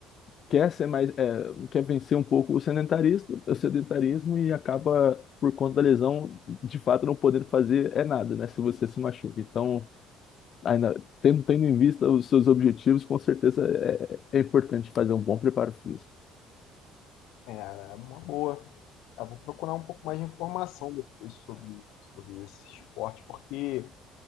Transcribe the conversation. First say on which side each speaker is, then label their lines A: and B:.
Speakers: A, on the left (about 45°); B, on the left (about 80°).
A: quer ser mais, eh, quer vencer um pouco o sedentarismo, o sedentarismo e acaba por conta da lesão, de fato não podendo fazer é nada, né? Se você se machuca. Então, ainda tendo, tendo em vista os seus objetivos, com certeza é, é importante fazer um bom preparo físico.
B: É, é uma boa. Eu vou procurar um pouco mais de informação depois sobre, sobre esse esporte, porque